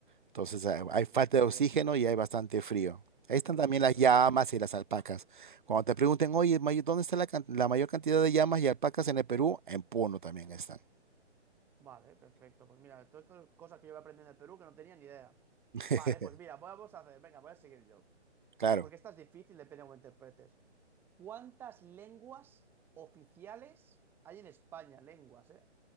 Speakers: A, on the right; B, in the centre.
A: Entonces eh,
B: Muy
A: hay falta
B: bien.
A: de oxígeno y hay bastante frío. Ahí están
B: Muy
A: también
B: bien, muy
A: las llamas
B: bien.
A: y las alpacas. Cuando te pregunten, oye, may- ¿dónde está la, can- la mayor cantidad de llamas y alpacas en el Perú? En Puno también están.
B: Vale, perfecto. Pues mira, todo esto es cosas que yo voy aprendiendo en Perú que no tenía ni idea.
A: <laughs>
B: Vale, pues mira, vamos a hacer, venga, voy a seguir yo.
A: Claro.
B: Porque esta es difícil, depende de cómo interpretes. ¿Cuántas lenguas oficiales hay en España? Lenguas, ¿eh?